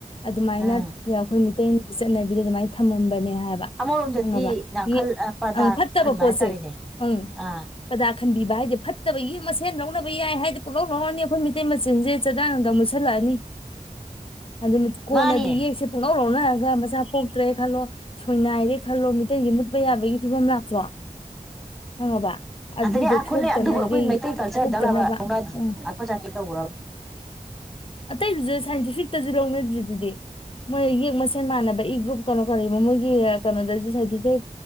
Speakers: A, on the left; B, in the centre.
A: ꯑꯗꯨꯃꯥꯏꯅ
B: ꯎꯝ
A: ꯑꯩꯈꯣꯏ ꯃꯤꯇꯩꯒꯤ ꯆꯠꯅꯕꯤꯗ ꯑꯗꯨꯃꯥꯏꯅ ꯊꯝꯃꯝꯕꯅꯦ ꯍꯥꯏꯕ
B: ꯑꯃꯣꯟꯣ
A: ꯈꯪꯉꯕ
B: ꯗꯤ ꯅꯥꯀꯜ
A: ꯌꯦ
B: ꯄ꯭ꯔꯗꯔꯊ
A: ꯑꯪ ꯐꯠꯇꯕ
B: ꯈꯟꯕ
A: ꯄꯣꯠꯁꯦ
B: ꯍꯥꯏꯇꯥꯔꯦꯅꯦ
A: ꯑꯪ
B: ꯑꯥ
A: ꯄ꯭ꯔꯗꯥ ꯈꯟꯕꯤꯕ ꯍꯥꯏꯗꯤ ꯐꯠꯇꯕꯒꯤ ꯃꯁꯦꯟ ꯂꯧꯅꯕ ꯌꯥꯏ ꯍꯥꯏꯗꯤ ꯄꯨꯂꯥꯎ ꯂꯧꯔꯅꯤ ꯑꯩꯈꯣꯏ ꯃꯤꯇꯩ ꯃꯆꯤꯟꯁꯦ ꯆꯗꯥꯅꯗ ꯃꯨꯁꯜꯂꯥꯅꯤ ꯑꯗꯨ ꯀꯣꯅꯗꯤ
B: ꯃꯥꯅꯦ
A: ꯌꯦꯁꯦꯄꯨꯡꯉ ꯣꯅ ꯍꯥꯏꯒ ꯃꯆꯥ ꯄꯣꯛꯇ꯭ꯔꯦ ꯈꯜꯂꯣ ꯁꯣꯏꯅꯅꯥꯏꯔꯦ ꯈꯜꯂꯣ ꯃꯤꯇꯩꯁꯦ ꯃꯨꯠꯄ ꯌꯥꯕꯒꯤ ꯐꯤꯕꯝ ꯂꯥꯛꯇ꯭ꯔꯣ ꯈꯪꯉꯕ ꯑꯗꯨꯗꯣ
B: ꯑꯗꯨꯅꯦ ꯑꯩꯈꯣꯏꯅꯦ
A: ꯊꯣꯛꯇꯅꯒꯤ
B: ꯑꯗꯨꯕꯨ ꯑꯩꯈꯣꯏ ꯃꯩꯇꯩ ꯀꯜꯆꯔ
A: ꯊꯣꯛꯇꯅꯕ
B: ꯗꯠꯂꯕ ꯑꯩꯈꯣꯏ
A: ꯎꯝ
B: ꯖꯥꯇꯤ ꯇꯧꯈ꯭ꯔꯕ
A: ꯑꯇꯩꯗꯨꯁꯨ ꯁꯥꯏꯟꯇꯤꯐꯤꯛꯇꯁꯨ ꯂꯧꯅꯗ꯭ꯔꯤꯗꯨꯗꯤ ꯃꯣꯏ ꯌꯦꯛ ꯃꯁꯦꯟ ꯃꯥꯟꯅꯕ ꯏ ꯒ꯭ꯔꯨꯞ ꯀꯩꯅꯣ ꯀꯕ ꯃꯣꯏꯒꯤ ꯀꯩꯅꯣꯗꯁꯨ ꯁꯥꯔꯇꯤꯐꯤꯀꯦꯠ